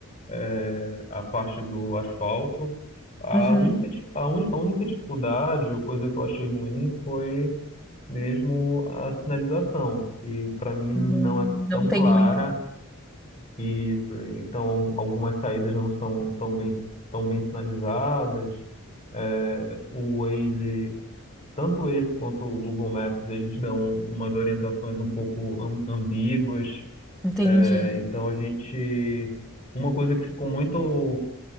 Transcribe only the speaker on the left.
é, a parte do asfalto. A
única, dif- a, un, a única dificuldade ou coisa que eu achei ruim foi mesmo a sinalização, que para mim não
é
tão clara
e isso, então algumas saídas não são tão bem tão bem sinalizadas. É, o Waze, tanto o Waze quanto o Google Maps, eles dão umas orientações um pouco am- ambíguas.
É, então a gente, uma coisa que ficou muito